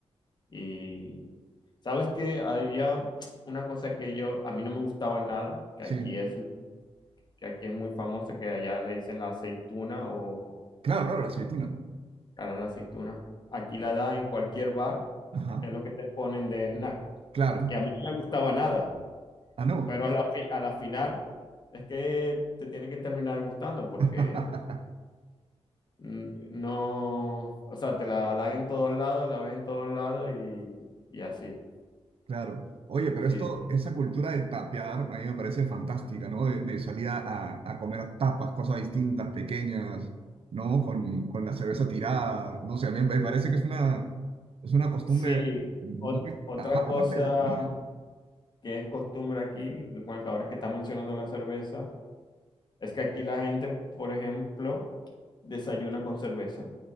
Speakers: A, on the left; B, on the right.
A: Y sabes que había una cosa que yo, a mí no me gustaba nada, que
B: Sí,
A: aquí es, que aquí es muy famosa, que allá le dicen la aceituna o
B: Claro, claro, la aceituna.
A: cara la aceituna. Aquí la dan en cualquier bar,
B: Ajá,
A: es lo que te ponen de snack.
B: claro.
A: Y a mí no me gustaba nada,
B: Ah, no.
A: pero a la, fi- a la final es que te tiene que terminar gustando porque
B: <laughs>
A: mm, no, o sea, te la dan en todos lados, la ves en todos lados y, y así.
B: Claro. Oye, pero
A: Sí,
B: esto, esa cultura de tapear, a mí me parece fantástica, ¿no? De, de salir a, a- a comer tapas, cosas distintas, pequeñas, ¿no? Con, con la cerveza tirada, no sé, a mí me parece que es una, es una costumbre
A: Sí,
B: muy,
A: ot- otra
B: a-
A: cosa
B: aparte de la comida, ¿no?
A: que es costumbre aquí, bueno, que ahora es que está mencionando la cerveza, es que aquí la gente, por ejemplo, desayuna con cerveza,